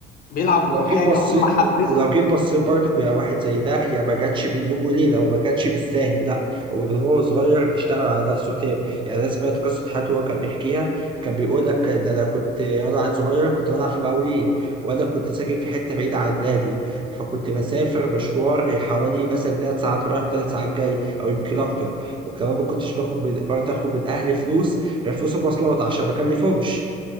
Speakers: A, on the left; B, on the right.
A: بيلعب
B: ولو
A: كو- حاجه
B: جيت بصيت
A: هم حابينها
B: ولو جيت بصيت برضك يا واحد زي ده يا ما جاتش بين يوم وليلة وما جاتش بالساهل لا هو من هو صغير اشتغل على نفسه تاني يعني أنا سمعت قصة حياته هو كان بيحكيها كان بيقول لك ده أنا كنت وأنا عيل صغير كنت بلعب في مقاولين وأنا كنت ساكن في حتة بعيدة عن النادي فكنت بسافر مشوار حوالي مثلا ثلاث ساعات رايح ثلاث ساعات جاي أو يمكن أكتر وكمان ما كنتش باخد من برضه آخد من أهلي فلوس غير فلوس المواصلات عشان ما أكلفهمش